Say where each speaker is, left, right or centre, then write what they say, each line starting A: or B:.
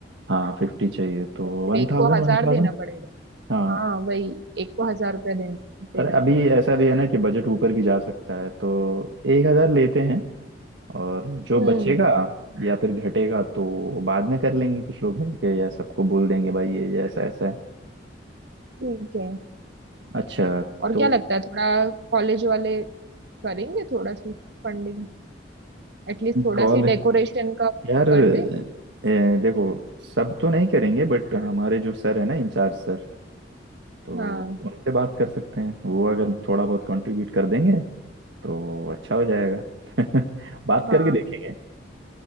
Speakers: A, on the right; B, on the right.
A: हाँ फिफ्टी चाहिए तो
B: तो फिर
A: वन
B: एक
A: थाउजेंड
B: को हजार
A: वन थाउजेंड
B: देना पड़ेगा
A: हाँ
B: हाँ वही एक को हजार रुपया देना देना
A: अरे अभी
B: पड़ेगा
A: ऐसा भी है ना कि बजट ऊपर भी जा सकता है तो एक हजार लेते हैं और जो
B: हम्म
A: बचेगा या फिर घटेगा तो बाद में कर लेंगे कुछ लोग मिलके या सबको बोल देंगे भाई ये ये ऐसा ऐसा है
B: ठीक है
A: अच्छा
B: और
A: तो
B: क्या लगता है थोड़ा कॉलेज वाले करेंगे थोड़ा सी फंडिंग एटलीस्ट थोड़ा
A: कॉल
B: सी डेकोरेशन का
A: यार ए,
B: कर दे
A: देखो सब तो नहीं करेंगे बट हमारे जो सर है ना इंचार्ज सर तो
B: हाँ
A: उनसे बात कर सकते हैं वो अगर थोड़ा बहुत कंट्रीब्यूट कर देंगे तो अच्छा हो जाएगा <laughs> बात
B: हाँ
A: करके देखेंगे